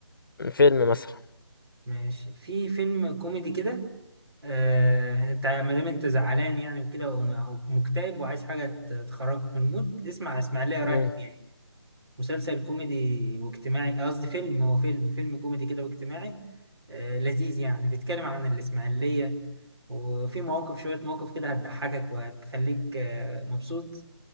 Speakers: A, on the left; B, on the right.
A: فيلم مثلا
B: ماشي في فيلم كوميدي كده آه، انت ما دام انت زعلان يعني وكده او أو مكتئب وعايز حاجه ت- تخرجك من المود اسمع اسماعيليه
A: مم.
B: رايح جاي مسلسل كوميدي واجتماعي آه، قصدي فيلم هو فيلم فيلم كوميدي كده واجتماعي آه، لذيذ يعني بيتكلم عن الاسماعيليه وفي مواقف شويه مواقف كده هتضحكك وهتخليك آه، مبسوط